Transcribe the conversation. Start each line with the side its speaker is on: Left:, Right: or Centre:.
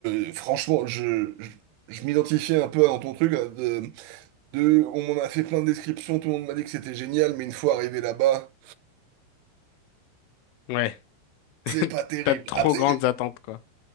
Right: le- franchement, je, je, je m'identifiais un peu dans ton truc. hein, De, de, on m'en a fait plein de descriptions, tout le monde m'a dit que c'était génial, mais une fois arrivé là-bas,
Left: ouais.
Right: c'est
Left: <laughs>
Right: pas terrible.
Left: T'as de trop
Right: Après,
Left: grandes attentes, quoi.